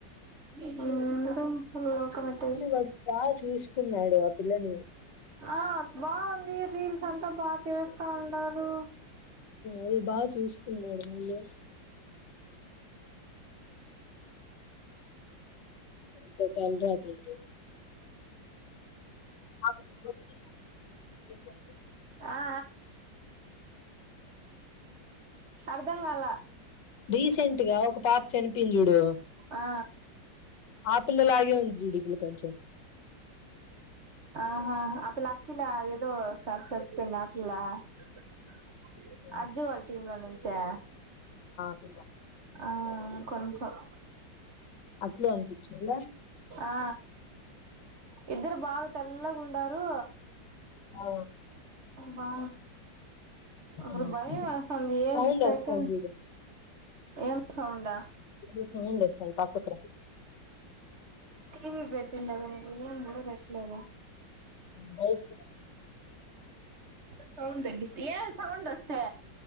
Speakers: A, on the right; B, on the left.
A: ఎంద ఫుల్ ఒక మట్ట
B: కానీ వాడు బాగా చూసుకున్నాడు ఆ పిల్లని
A: ఆ బాగుంది రీల్స్ అంతా బాగా చేస్తా ఉండారు
B: అదే బాగ చూసుకున్నారుడు మళ్ళీ ఎంత తల రాతంటావు అ చవిసె
A: ఆ ఆ అర్ధంకాల
B: రీసెంట్గా ఒక పాప చనిపోయింది చూడు
A: ఆ
B: ఆపిల్లలాగే ఉంది చూడు ఇ పిల్ల కొంచెం
A: ఆహా <unintelligible>
B: ఆ
A: అజ్జు వాళ్ళ టీమ్ లో నుంచా
B: ఇల
A: ఆ కొంచం
B: అట్లే అనిపించింద
A: ఆ ఇద్దరు బాగా తెల్లగుండారు
B: ఆ
A: బా అ
B: ఉమ్.
A: భయమేస్తది ఏ
B: సౌండ్
A: సెకండ్
B: వస్తాంది చూడు
A: ఏం సౌండ
B: ఏందో సౌండ్ <unintelligible>
A: టీవి పెట్టింద ఏం కూడ పెట్టలేదు
B: బయటకి
A: సౌడ్ తగ్గి ఏ సౌండ్ వస్తే